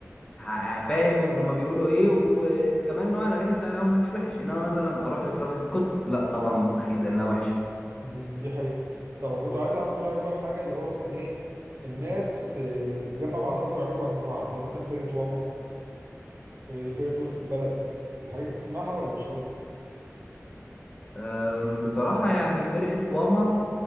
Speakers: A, on the left; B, on the right.
A: ه- فاهم هما بيقولوا ايه وكمان نوع الاغاني بتاعهم مش وحش انما مثلا اروح لترافيس سكوت لا طبعا مستحيل لانها وحشه
B: أمم، دي حقيقه طب كنت عايز اخد رايك بقى في حاجه اللي هو مثلا ايه الناس آه، اللي بتجمع بعضها مثلا يعملوا مجموعه زي مثلا فرقه واما إيه، فرقة وسط البلد الحاجات دي بتسمعها ولا مش قوي؟
A: أم، بصراحة يعني فرقة واما